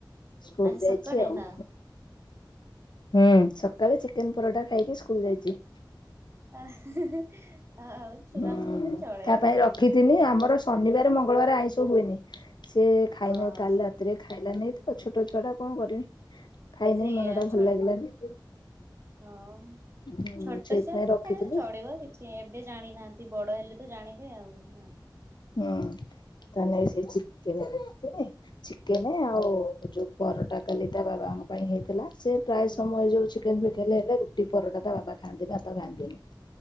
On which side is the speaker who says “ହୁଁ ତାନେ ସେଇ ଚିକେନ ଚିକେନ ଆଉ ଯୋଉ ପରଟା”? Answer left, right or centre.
Left